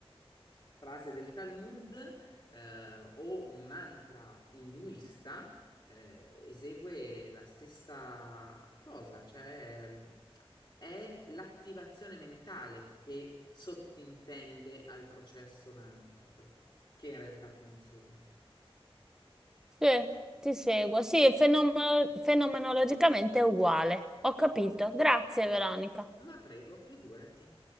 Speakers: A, on the left; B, in the centre.
A: frase del Talmud eh, o un mantra induista, eh, esegue la stessa cosa, cioè ehm, è l'attivazione mentale che sottintende al processo mantrico, che in realtà funziona.
B: Sì, ti seguo. Sì, fenomeno- fenomenologicamente è uguale. Ho capito. Grazie, Veronica.
A: Ma prego, figurati.